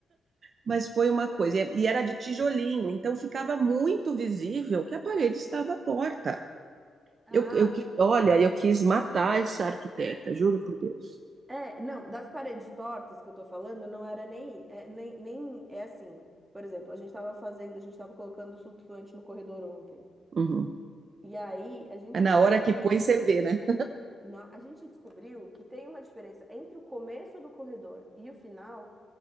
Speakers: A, on the right; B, on the right.
A: Mas foi uma coisa, e era de tijolinho, então ficava muito visível que a parede estava torta.
B: Ah,
A: Eu, eu, qui- olha, eu quis matar essa arquiteta, juro por Deus.
B: É, não, das paredes tortas que eu tô falando, não era nem, é, nem, nem, é assim, por exemplo, a gente tava fazendo, a gente tava colocando flutuante no corredor ontem,
A: Uhum.
B: e aí a gente
A: É Na
B: descobriu,
A: hora que põe, você vê, né?
B: na- a gente descobriu que tem uma diferença entre o começo do corredor e o final,